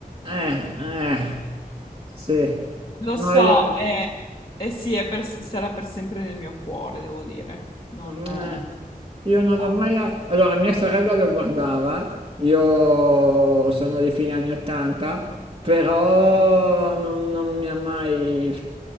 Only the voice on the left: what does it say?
Lo
so,
e, e sì, è per- sarà per sempre nel mio cuore, devo dire. Non,
eh,
ha
un
po'